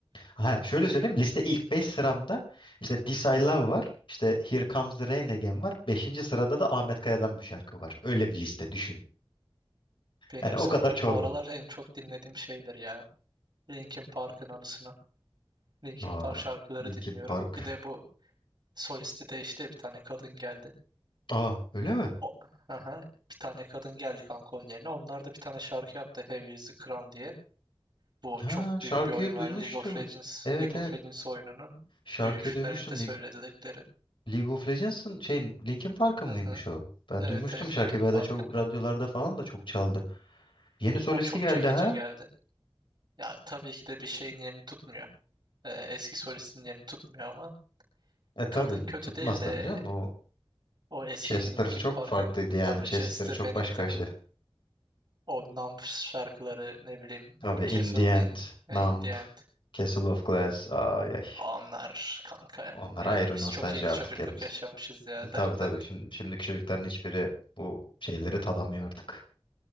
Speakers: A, on the left (about 60°); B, on the right (about 50°).
A: Ha, şöyle
B: Benim
A: söyleyeyim liste ilk 5 sıramda işte This I Love var. İşte Here Comes the Rain Again var. Beşinci sırada da Ahmet Kaya'dan bir şarkı var. Öyle bir liste düşün.
B: benim
A: Yani o
B: sanırım
A: kadar çorba.
B: bu aralar en çok dinlediğim şeydir ya. Linkin Park'ın anısına. Linkin
A: Aa,
B: Park şarkıları
A: Linkin
B: dinliyorum.
A: Park.
B: Bir de bu Solisti de işte bir tane kadın geldi.
A: Aa öyle mi?
B: O, aha, bir tane kadın geldi kanka onun yerine. Onlar da bir tane şarkı yaptı Heavy is the Crown diye. Bu
A: Ha
B: çok
A: şarkıyı
B: büyük bir oyun
A: duymuştum.
B: var. League of Legends,
A: Evet
B: League
A: evet
B: of Legends oyununun
A: şarkıyı
B: büyük finalinde
A: duymuştum.
B: söyledikleri.
A: League of Legends'ın şey Linkin Park'ın
B: Hı
A: mıymış
B: hı.
A: o? Ben
B: Evet
A: duymuştum
B: evet
A: şarkıyı.
B: Linkin
A: Bir
B: Park'ın.
A: ara çok radyolarda falan da çok çaldı. Yeni solisti
B: O çok
A: geldi
B: çekici
A: ha?
B: geldi. Ya tabii ki de bir şeyin yerini tutmuyor. Ee, eski solistin yerini tutmuyor ama
A: E tabi
B: kadın kötü
A: tutmaz
B: değil de
A: tabii canım. O
B: o eski
A: Chester
B: Linkin
A: çok
B: Park'ın
A: farklıydı yani.
B: tabii
A: Chester
B: Chester
A: çok
B: Bennington'ın
A: başkaydı.
B: O Numb şarkıları ne bileyim
A: Tabii
B: Castle
A: In The End,
B: in, in
A: Numb,
B: the End.
A: Castle of Glass. Ay ay.
B: Onlar kanka.
A: Onlar
B: Yani
A: ayrı
B: biz
A: nostalji
B: çok iyi bir
A: artık
B: çocukluk
A: yerimiz.
B: yaşamışız ya.
A: E,
B: Dertten
A: tabii tabii. Şimdi, şimdiki çocukların hiçbiri bu şeyleri tadamıyor artık.